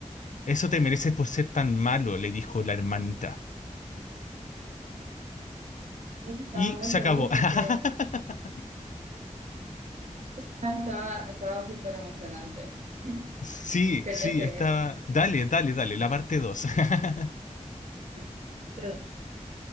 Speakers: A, on the left; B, on the right.
A: Eso te mereces por ser tan malo, le dijo la hermanita.
B: Anita Estaba
A: Y se
B: muy feliz
A: acabó.
B: de
A: <laughs>
B: que estaba, estaba súper emocionante. <laughs>
A: Sí,
B: Quería
A: sí,
B: seguir.
A: estaba. Dale, dale, dale, la parte 2. <laughs>
B: Entonces,